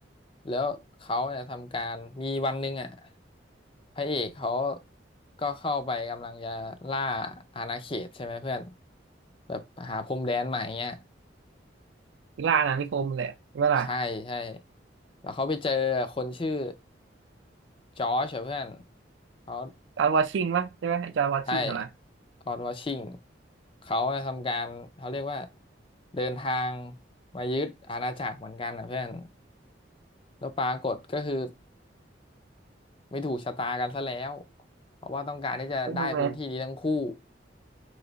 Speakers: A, on the left (about 30°); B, on the right (about 80°).
A: แล้วเขาเนี่ยทำการมีวันหนึ่งอ่ะพระเอกเขาก็เข้าไปกำลังจะล่าอาณาเขตใช่ไหมเพื่อนแบบหาพรมแดนใหม่เงี้ย
B: ล่าอาณานิคมแหละใช่ปะล่ะ
A: ใช่ใช่แล้วเขาไปเจอคนชื่อจอร์จอะเพื่อนเขา
B: จอร์จวอชิงปะใช่ปะไอ้จอร์จวอชิงอะไร
A: ใช่จอร์จวอชิงเขาทำการเขาเรียกว่าเดินทางมายึดอาณาจักรเหมือนกันนะเพื่อนแล้วปรากฏก็คือ ไม่ถูกชะตากันซะแล้วเพราะว่าต้องการที่จะได้พื้นที่นี้ทั้งคู่
B: มันทำไง